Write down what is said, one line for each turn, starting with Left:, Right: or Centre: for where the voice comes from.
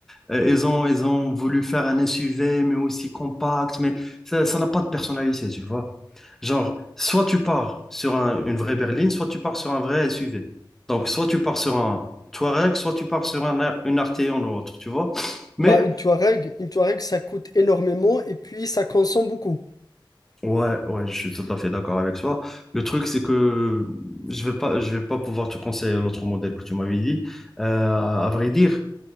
Centre: Euh, Ils ont, ils ont voulu faire un SUV mais aussi compact, mais ça, ça n'a pas de personnalité, tu vois. Genre, soit tu pars sur un- une vraie berline, soit tu pars sur un vrai SUV. Donc, soit tu pars sur un Touareg, soit tu pars sur un, A- une Arteon ou autre, tu vois. Mais,
Left: Bah, une Touareg, une Touareg, ça coûte énormément et puis ça consomme beaucoup.
Centre: ouais, ouais, je suis tout à fait d'accord avec toi. Le truc, c'est que je vais pas, je vais pas pouvoir te conseiller l'autre modèle que tu m'avais dit. Euh, à vrai dire,